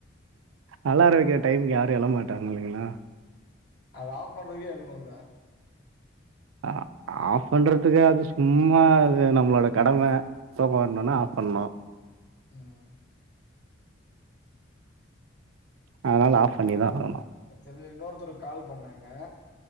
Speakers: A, on the right; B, on the left.
A: அலார வக்கிற டைமுக்கு யாரு எழமாட்டாங்க இல்லைங்ளா
B: அத ஆஃப் பண்றதுக்கே எழ்னுல
A: ஆ அ ஆஃப் பண்றத்துக்கு அது சும்மா அது நம்மளோட கடம தூக்க வர்ணுனா ஆஃப் பண்ணனு
B: ம்
A: அதனால ஆஃப் பண்ணிதா ஆகணு
B: தம்பி இன்னொருத்தரு கால் பண்ணாங்க